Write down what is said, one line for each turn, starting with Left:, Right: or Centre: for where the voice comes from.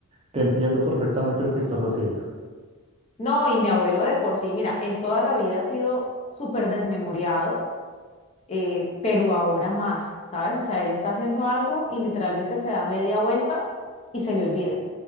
Right: te entiendo perfectamente lo que estás haciendo.
Left: No, y mi abuelo de por sí, mira, él toda la vida ha sido súper desmemoriado, eh, pero ahora más, ¿sabes? O sea, él está haciendo algo y literalmente se da media vuelta y se le olvida.